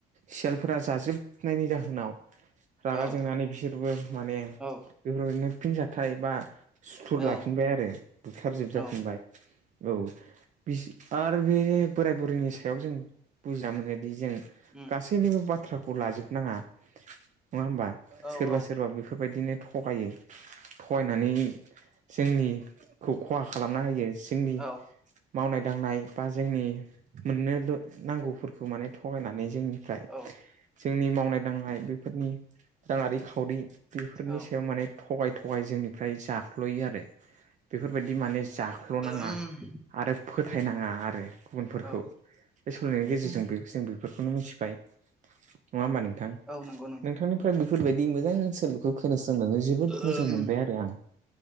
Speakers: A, on the right; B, in the centre.
A: सियालफोरा जाजोबनायनि जाहोनाव रागा
B: औ
A: जोंनानै बिसोरबो माने
B: औ
A: बेफोरबायदिनो फिन जाथाइ बा सुथुर
B: औ
A: लाफिनबाय आरो बुथारजोबजाफिनबाय
B: औ
A: औ बिस आरो बे बोराय बुरैनि सायाव जों बुजिया मोनोदि जों
B: उम
A: गा सैनिबो बाथ्राखौ लाजोबनाङा नङा ओमबा
B: औ
A: सोरबा
B: औ
A: सोरबा बेफोरबायदिनो थगायो थगायनानै जोंनिखौ खहा खालामना होयो। जोंनि
B: औ
A: मावनाय दांनाय बा जोंनि मोननो नांगौफोरखौ माने थगायनानै जोंनिफ्राय
B: औ
A: जोंनि मावनाय दांनाय बेफोरनि राङारि खावरि बेफोरनि
B: औ
A: सायाव माने थगाय थगाय जोंनिफ्राय जाख्ल'यो आरो बेफोरबायदि माने जाख्ल'नाङा
B: उम
A: आरो फोथायनाङा आरो गुबुनफोरखौ।
B: औ
A: बे सोलिनायनि गेजेरजों जों बेफोरखौनो मिथिबाय नङा होमबा नोंथां
B: औ नंगौ नोंथां
A: नोंथांनिफ्राय बेफोरबायदि मोजां ओनसोल बेखौ खोनासंनानै जोबोद
B: उम
A: मोजां मोनबाय आरो आं